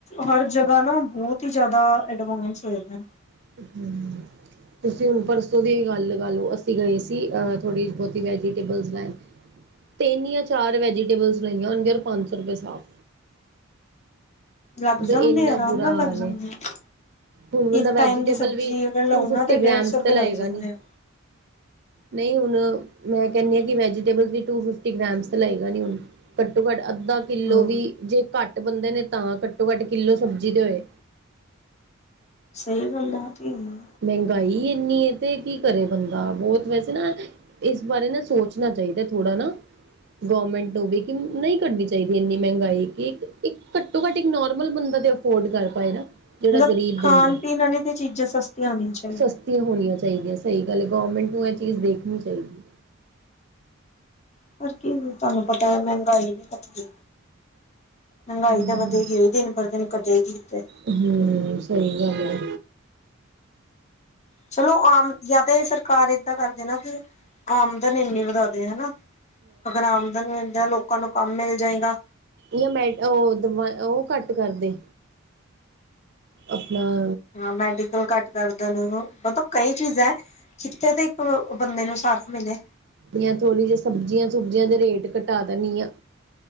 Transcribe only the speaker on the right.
<inaudible> ਤੁਸੀਂ ਹੁਣ ਪਰਸੋਂ ਦੀ ਗੱਲ ਲੱਗਾ ਲਓ ਅਸੀਂ ਗਏ ਸੀ ਥੋੜ੍ਹੀ ਬਹੁਤੀ ਵੈਜੀਟੇਬਲਸ ਲੈਣ। ਤਿੰਨ ਜਾਂ ਚਾਰ ਵੈਜੀਟੇਬਲਸ ਲਈਆਂ ਹੋਣਗੀਆਂ ਜਰ ਪੰਜ ਸੌ ਰੁਪਏ ਸਾਫ਼
ਉਹ
ਇੰਨਾ
ਬੁਰਾ
ਹਾਲ
ਇਹ
ਹੁਣ ਬੰਦਾ
ਵੈਜੀਟੇਬਲ
ਵੀ
ਟੂ
ਫਿਫਟੀ
ਗ੍ਰਾਮਸ
ਤੇ ਲਏਗਾ
ਨੀ।
ਨਹੀ ਹੁਣ ਮੈਂ ਕਹਿੰਨੀ ਆ ਕਿ ਵੈਜੀਟੇਬਲ ਵੀ ਟੂ ਫਿਫਟੀ ਗ੍ਰੇਮਸ ਤ ਲਏਗਾ ਨੀ ਹੁਣ ਘੱਟੋ ਘੱਟ ਅੱਧਾ ਕਿੱਲੋ
ਵੀ ਜੇ ਘੱਟ ਬੰਦੇ ਨੇ ਤਾਂ ਘੱਟੋ ਘੱਟ ਕਿੱਲੋ ਸਬਜ਼ੀ ਦੇ ਹੋਏ‌।
ਮਹਿੰਗਾਈ ਇੰਨੀ ਤੇ ਕੀ ਕਰੇ ਬੰਦਾ ਬੋਤ ਵੈਸੇ ਨਾ ਇਸ ਬਾਰੇ ਨਾ ਸੋਚਣਾ ਚਾਹੀਦਾ ਥੋੜਾ ਨਾ ਗੌਰਮੈਂਟ ਨੂੰ ਵੀ ਕਿ ਨਹੀਂ ਕਰਨੀ ਚਾਹੀਦੀ ਇੰਨੀ ਮਹਿੰਗਾਈ ਕਿ ਇੱਕ ਘੱਟੋ ਘੱਟ ਇੱਕ ਨੋਰਮਲ ਬੰਦਾ ਦੇ ਫੋਰਡ ਕਰ ਪਾਏ ਨਾ ਜਿਹੜਾ
ਗਰੀਬ
ਬੰਦਾ
ਸਸਤੀਆਂ ਹੋਣੀਆਂ ਚਾਹੀਦੀਆਂ ਸਹੀ ਗੱਲ ਐ ਗੌਰਮੈਂਟ ਨੂੰ ਇਹ ਚੀਜ਼ ਦੇਖਣੀ ਚਾਹੀਦੀ।
ਹਮ
ਹੂੰ ਸਹੀ ਗੱਲ ਏ।
ਯਾ ਮਿਂਟ ਓ ਦਬਾਯਾ ਓ ਘੱਟ ਕਰਦੇ। ਅਪਣਾ
ਯਾ ਥੋੜੀ ਜੀ ਸਬਜ਼ੀਆਂ ਸੁਬਜ਼ੀਆਂ ਦੇ ਰੇਟ ਘਟਾ ਦਿੰਣੀ ਆ।